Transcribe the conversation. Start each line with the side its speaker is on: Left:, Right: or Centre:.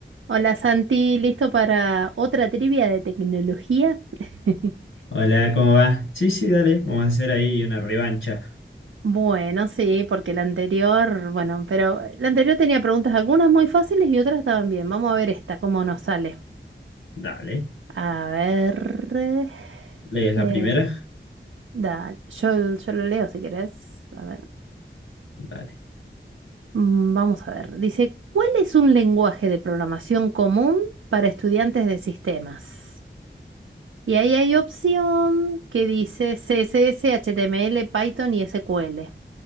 Right: Hola Santi, ¿listo para otra trivia de tecnología? <laughs>
Left: Hola, ¿cómo va? Sí, sí, dale, vamos a hacer ahí una revancha.
Right: Bueno, sí, porque la anterior, bueno, pero la anterior tenía preguntas algunas muy fáciles y otras estaban bien. Vamos a ver esta, cómo nos sale.
Left: Dale.
Right: A ver,
Left: ¿Lees la
Right: eh,
Left: primera?
Right: dale, yo, yo lo leo si querés. A ver,
Left: Dale.
Right: mm, vamos a ver. Dice, ¿cuál es un lenguaje de programación común para estudiantes de sistemas? Y ahí hay opción que dice CSS, HTML, Python y SQL.